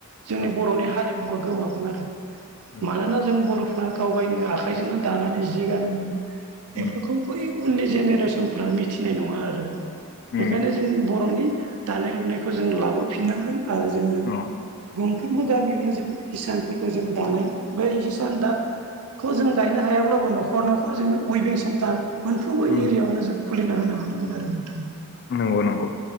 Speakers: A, on the right; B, on the left.
A: जोंनि
B: औ
A: बर'नि हारिमुवा गोमागोन आरो
B: नंगौ
A: मानोना
B: नंगौ
A: जों बर' फोरा गाव गावनो आखाइजोंनो दानानै जि गानोमोन
B: उम
A: बेफोरखौ बै उननि जेनेरेसनफ्रा मिथिनाय नङा आरो
B: उम
A: बेखायनो जोंनि बर'नि दानाय लुनायखौ जों लाबोफिननांगोन आरो जोङो
B: अ
A: गंफ्रोमबो गामियावनो जों हिसानफोरखौ जों दानाय बे हिसान दा- नायखौ जों गायनो हायाब्लाबो न'खर न'खर जों उइबिं सेन्टार मोनफ्रोमबो
B: उम
A: एरियायावनो जों खुलिना होनो हानांगोन आरो नोंथां
B: नंगौ नंगौ